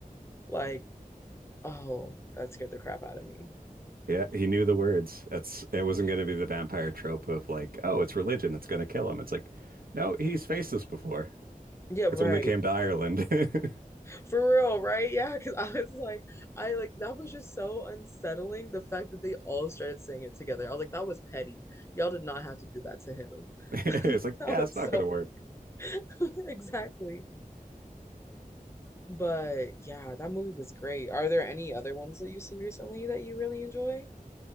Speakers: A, on the left; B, on the right.
A: Like, oh, that scared the crap out of me.
B: Yeah, he knew the words. That's it wasn't going to be the vampire trope of like, oh, it's religion, it's going to kill him. It's like, no, he's faced this before.
A: Yeah, right.
B: It's when they came to Ireland. <laughs>
A: For real, right? Yeah, because <laughs> I was like, I like that was just so unsettling. The fact that they all started saying it together. I was like, that was petty. Y'all did not have to do that to him.
B: <laughs> It's
A: <laughs>
B: like,
A: That
B: yeah,
A: was
B: it's not
A: so
B: going to work.
A: <laughs> exactly. But yeah, that movie was great. Are there any other ones that you've seen recently that you really enjoy?